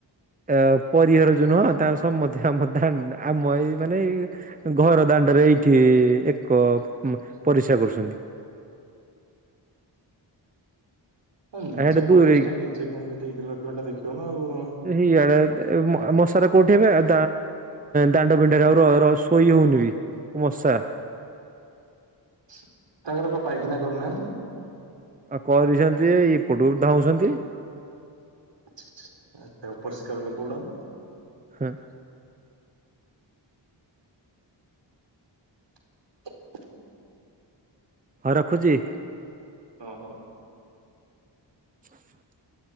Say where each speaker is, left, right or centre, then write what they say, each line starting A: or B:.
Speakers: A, on the right (about 20°); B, on the right (about 70°).
A: ଏ ପରିହର ଯୋଉ ନୁହଁ ତାଙ୍କର ସମତେ ଆମ ଦା ଆମ ଏଇ ମାନେ ଘର ଦାଣ୍ଡରେ ଏଇଠି ଏକ ପରିସ୍ରା କରୁଛନ୍ତି।
B: ନିଜ
A: ଆ ହେଟା ଦୂରେଇ
B: ପରିବେଶ ଟା ନିଜେ କେମିତି ଠିକରେ ରଖିବ ହେଟା ଦେଖିବ ନା ଆଉ।
A: ଇଆଡେ ମଶାରା କୋଉଠି ହେବେ ଆଉ ଦାଣ୍ଡ ପିଣ୍ଡା ରେ ଆଉ ଶୋଇ ହଉନି ବି ମଶା
B: ତାଙ୍କର କଣ ପାଇଖିନା କରିନାହାନ୍ତି?
A: କରିଛନ୍ତିଯେ ଏପଟକୁ ଧାଉଁଛନ୍ତି।
B: ଛିଃ ଛିଃ ଏତେ ଅପରିଷ୍କାର ଲୋକ ଗୁଡାକ।
A: ହଁ।
B: <inaudible>
A: ହଉ ରଖୁଚି।
B: ହଁ ହଉ।
A: <inaudible>